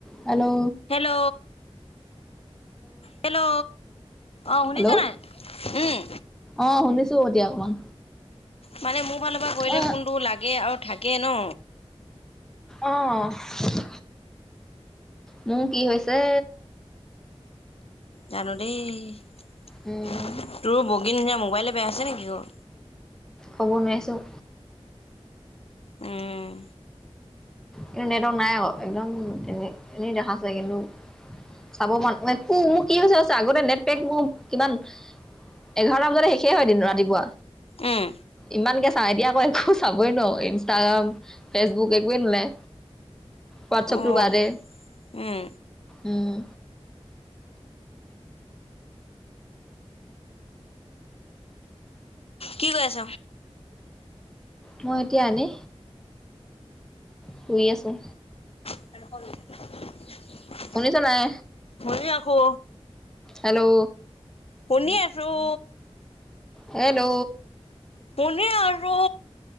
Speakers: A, in the centre; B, on the left.
A: Hello.
B: Hello. Hello অ', শুনিছ
A: hello
B: নাই উম।
A: অ', শুনিছোঁ এতিয়া অকমান।
B: মানে মোৰ ফালৰ পৰা কৰিলে
A: অ
B: ফোনটো লাগে আৰু থাকে ন।
A: অহ মোৰ কি হৈছে।
B: জানো দেই
A: উম
B: তোৰ বগী নিচিনা মোবাইলে বেয়া হৈছে নেকি অ'।
A: ক'ব নোৱাৰিছোঁ।
B: উম।
A: কিন্তু নেটৱৰ্ক নাই অ', একদম তেনে এনেই দেখাইছে কিন্তু। চাব মন যাই পোক মোৰ কি হৈছে আগতে নেট পেক মোক কিমান এঘাৰটা বজাতে শেষেই হয় এদিন ৰাতিপুৱা।
B: উম
A: ইমানকে চাই এতিয়া আকৌ একো চাবই নোৱাৰো ইনষ্টাগ্ৰাম ফেচবুক একোৱেই নোলাই। হোৱাটছপ
B: অ',
A: টো বাদে
B: উম,
A: উম।
B: কি কৰি আছ?
A: মই এতিয়া এনে শুই আছোঁ।
B: আৰু সৰু <unintelligible>
A: শুনিছ নাই।
B: মৰি ৰাখো।
A: হেল্ল'।
B: শুনি আছোঁ।
A: হেল্ল'।
B: শুনি আছোঁ